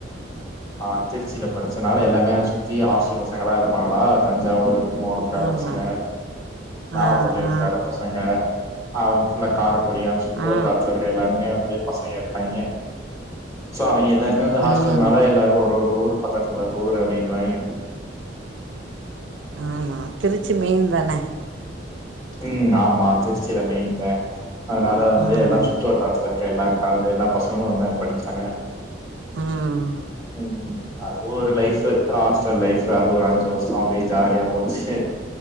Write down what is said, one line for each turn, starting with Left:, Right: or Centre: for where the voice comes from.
Left: ஆ திருச்சியில படிச்சனால எல்லாமே அத சுத்தி ஹாஸ்டல் பசங்களா இருப்பாங்களா தஞ்சாவூரு கும்பகோணம் த்துக்கார
Right: ஆமா
Left: பசங்க நாகப்பட்டிணத்துகார
Right: ஆ ஆ
Left: பசங்க அவுங்க ஃபுல்லா கார குடியான் சொல்ட்டு
Right: ஆ
Left: ஒரு தத்தருக்க எல்லாருமே வந்து பசங்க இருப்பாய்ங்க சோ அவிங்க எல்லாருமே வந்து ஹாஸ்டல்னால
Right: ம்
Left: எல்லாரு ஒரு ஒரு ஊர் பக்கத்து பக்கத்து ஊர் அப்டின்றாய்ங்க
Right: ஆமா திருச்சி மெயின் தான
Left: ம் ஆமா திருச்சியில மெய்ன்தா அதனால வந்து
Right: ம்
Left: எல்லா சு சுட்டு வட்டாரத்துல இருக்கற எல்லா காலேஜ்ஜி எல்லா பசங்களு வந்தாங்க படிச்சாங்க
Right: ம்
Left: ம் அது ஒரு லைஃபு ஹாஸ்ட்டல் லைஃபு அது ஒரு அஞ்சு வருஷோ அப்டே ஜாலியா போச்சு